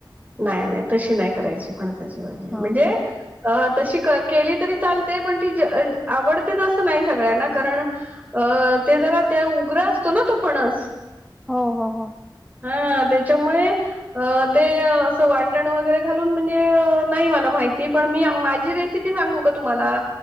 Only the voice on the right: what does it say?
नाही नाही तशी नाही करायची फण- -साची भाजी
म्हणजे
अ तशी केली तरी चालते पण ती आवडतेच असं नाही सगळ्यांना कारण अ ते जरा त्या उग्र असतो ना तो फणस
हा त्याच्यामुळे अ ते असं वाटण वगैरे घालून म्हणजे नाही मला माहिती पण मी माझी रेसिपी सांगू का तुम्हाला?